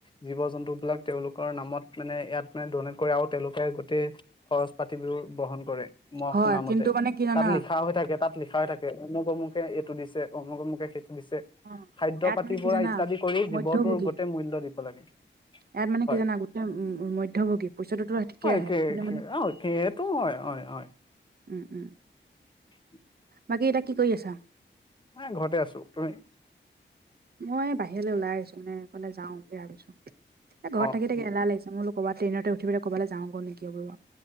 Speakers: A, on the left; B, on the right.
A: জীৱ জন্তু বিলাক তেওঁলোকৰ নামত মানে ইয়াত মানে ডনেট কৰে আৰু তেওঁলোকে গোটেই খৰচ পাতিবোৰ বহন কৰে মই
B: হয়
A: শুনা
B: কিন্তু
A: মতে
B: মানে কি জানা
A: তাত লিখা হৈ থাকে তাত লিখা থাকে অমক অমুকে এইটো দিছে অমক অমুকে সেইটো দিছে
B: অ
A: খাদ্য
B: ইয়াত
A: পাতি
B: মানে কি
A: পৰা
B: জানা
A: ইত্যাদি কৰি জীৱটোৰ
B: মধ্যভোগী
A: গোটেই মূল্য দিব লাগে।
B: ইয়াত মানে
A: হয়
B: কি জানা গোটেই উ মধ্যভোগী পইচাটোতো ঠিকে
A: হয়
B: আহে কিন্তু মানে
A: সেইটো হয় হয় হয়
B: উম উম।
A: <unintelligible>
B: বাকী এতিয়া কি কৰি আছ।
A: <inaudible> ঘৰতে আছো তুমি।
B: মই বাহিৰলৈ ওলাই আহিছো উম ইফালে যাওঁ বুলি ভাবিছো এ ঘৰত
A: অ
B: থাকি থাকি এলাহ লাগিছে মোলো। ক'বাত ট্ৰেনতে উঠি ক'বালে যাওঁ গ নেকি ব।